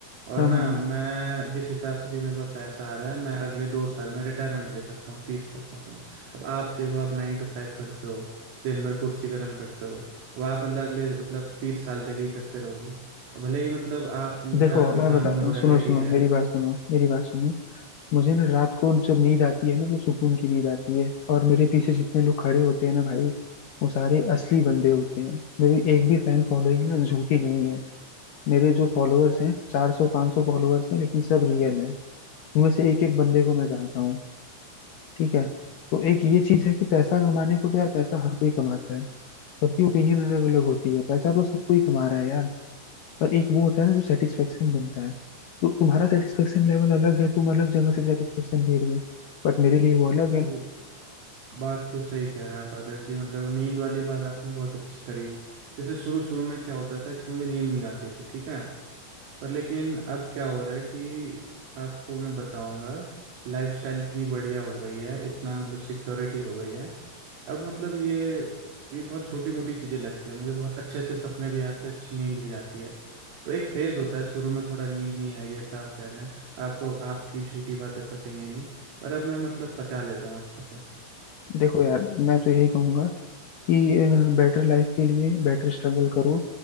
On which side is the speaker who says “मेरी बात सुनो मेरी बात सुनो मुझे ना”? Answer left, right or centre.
Left